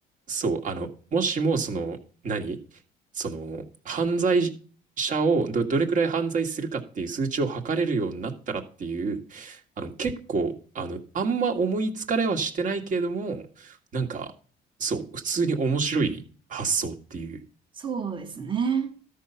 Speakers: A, on the right; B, on the right.
A: そう、あの、もしもその、何その、犯罪者をど、どれくらい犯罪するかっていう数値を測れるようになったらっていう、あの、結構、あの、あんま思いつかれはしてないけれども、なんか、そう、普通に面白い発想っていう。
B: そうですね。